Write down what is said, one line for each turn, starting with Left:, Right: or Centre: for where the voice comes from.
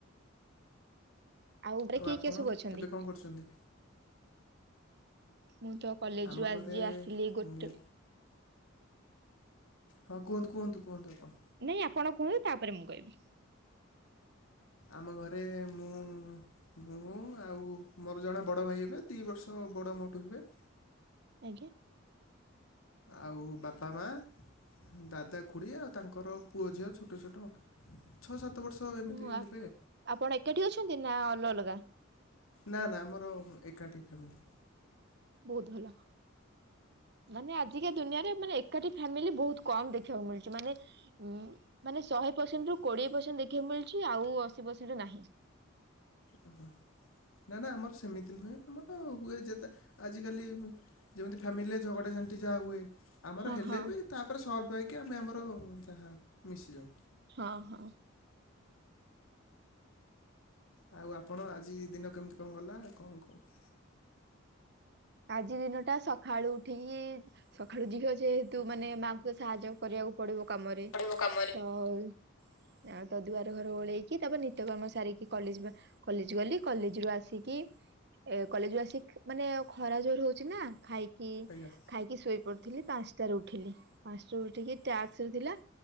Right: ଆଉ ଉପରେ କିଏ
Left: ଆପଣ
Right: କିଏ ସବୁ ଅଛନ୍ତି
Left: ଏବେ କଣ କରୁଛନ୍ତି?
Right: ମୁଁ ତ <inaudible> ଆଜି
Left: ଆମ ଘରେ
Right: ଆସିଲି ଗୋଟେ
Left: ମୁଁ ହଁ କୁହନ୍ତୁ କୁହନ୍ତୁ କୁହନ୍ତୁ ଆପଣ।
Right: ନାଇଁ ଆପଣ କୁହନ୍ତୁ ତାପରେ ମୁଁ କହିବି।
Left: ଆମ ଘରେ ମୁଁ ମୁଁ ଆଉ ମୋର ଜଣେ ବଡ଼ ଭାଇ ହେବେ ଦି ବର୍ଷ ବଡ଼ ମୋଠୁ ହେବେ।
Right: ଆଜ୍ଞା।
Left: ଆଉ ବାପା ମା ଦାଦା ଖୁଡ଼ି ଆଉ ତାଙ୍କର ପୁଅ ଝିଅ ଛୋଟ ଛୋଟ। ଛଅ ସାତ ବର୍ଷ ଏମିତି
Right: ହଁ ଆ
Left: ହେବେ।
Right: ଆପଣ ଏକାଠି ଅଛନ୍ତି ନା ଅଲ ଅଲଗା?
Left: ନା ନା ଆମର ଏକାଠି ଫ୍ୟାମିଲି।
Right: ବହୁତ ଭଲ। ମାନେ ଆଜିକା ଦୁନିଆରେ ମାନେ ଏକାଠି ଫ୍ୟାମିଲି ବହୁତ କମ ଦେଖିବାକୁ ମିଳୁଛି ମାନେ। ଉଁ ମାନେ ଶହେ ପରସେଣ୍ଟ ରୁ କୋଡିଏ ପରସେଣ୍ଟ ଦେଖିବାକୁ ମିଳୁଛି ଆଉ ଅଶୀ ପରସେଣ୍ଟ ନାହିଁ।
Left: ଅ ହଁ। ନା ନା ଆମର ସେମିତି ନୁହେଁ ଆମର ହୁଏ ଯେତେ ଆଜିକାଲି ଯେମିତି ଫ୍ୟାମିଲି ରେ ଝଗଡ଼ାଝାଣ୍ଟି ଯାହା ହୁଏ। ଆମର
Right: ହଁ
Left: ହେଲେ
Right: ହଁ
Left: ବି ତାପରେ ସ୍ଲଭ ହେଇକି ଆମେ ଆମର ଯାହା ମିଶିଯାଉ।
Right: ହଁ ହଁ।
Left: ଆଉ ଆପଣ ଆଜି ଦିନ କେମିତି କଣ ଗଲା କଣ କୁହ?
Right: ଆଜି ଦିନଟା ସକାଳୁ ଉଠିକି ସକାଳୁ, ଝିଅ ଯେହେତୁ ମାନେ ମାଙ୍କୁ ସାହାଯ୍ୟ କରିବାକୁ ପଡିବ କାମରେ
Left: ପଡ଼ିବ କାମରେ
Right: ତ ଆଉ ଆଉ ତ ଦୁଆର ଘର ଓଳେଇକି, ତାପରେ ନିତ୍ୟକର୍ମ ସାରିକି, କଲେଜ କଲେଜ ଗଲି। କଲେଜରୁ ଆସିକି ଏ କଲେଜରୁ ଆସିକି ମାନେ ଖରା ଜୋରରେ ହଉଛି ନା ଖାଇକି
Left: ଆଜ୍ଞା
Right: ଖାଇକି ଶୋଇ ପଡ଼ିଥିଲି ପାଞ୍ଚଟାରେ ଉଠିଲି। ପାଞ୍ଚଟାରେ ଉଠିକି ଟାକ୍ସରେ ଥିଲା